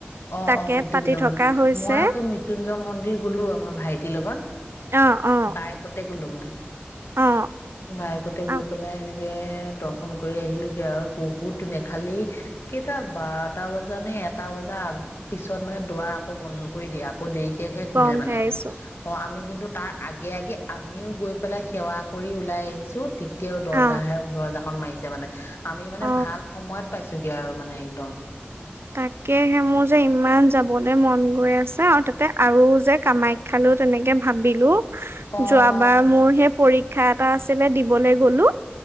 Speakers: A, on the left; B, on the right.
A: অ
B: তাকে
A: -অ মৃত্যুঞ্জয়
B: পাতি থকা
A: মন্দিৰ
B: হৈছে
A: মই আকৌ মৃত্যুঞ্জয় মন্দিৰ গ'লো আমাৰ ভাইটিৰ লগত।
B: অ অ
A: বাইকতে গলো মই।
B: অ
A: বায়েকতে গৈ
B: অ
A: পেলাই এনেকে দৰ্শন কৰি আহিলোগে আৰু বহুত ধুনীয়া খালি কেইটা বাৰটা বজা নে এটা বজা ৰ পিছত মানে দুৱাৰ আকৌ বন্ধ কৰি দিয়ে আকৌ দেৰিকেহে খুলে
B: গম
A: মানে
B: পাইছো
A: অ আমি কিন্তু কিন্তু তাৰ আগে আগে আমিও গৈ পেলাই সেৱা কৰি ওলাই আহিছো। এতিয়াও দৰ্জাহে
B: অ
A: দৰ্জা খন মাৰিছে মানে আমি মানে
B: অ
A: ভাল সময়ত পাইছোগে আৰু মানে একদম।
B: তাকেহে মোৰ যে ইমান যাবলে মন গৈ আছে আৰু তাতে আৰু যে কামাখ্যালেও তেনেকে ভাবিলো
A: অ',
B: যোৱাবাৰ মোৰ সেই পৰীক্ষা এটা আছিলে দিবলৈ গলো